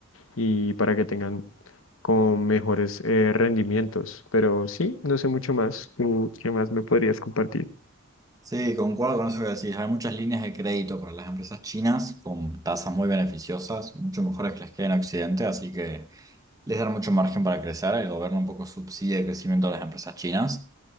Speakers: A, on the left; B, on the right.
A: y para que tengan como mejores eh, rendimientos. Pero sí, no sé mucho más. ¿Tú qué más me podrías compartir?
B: Sí, concuerdo con eso que decís. Hay muchas líneas de crédito para las empresas chinas con tasas muy beneficiosas, mucho mejores que las que hay en Occidente, así que les dan mucho margen para crecer, el gobierno un poco subsidia el crecimiento de las empresas chinas.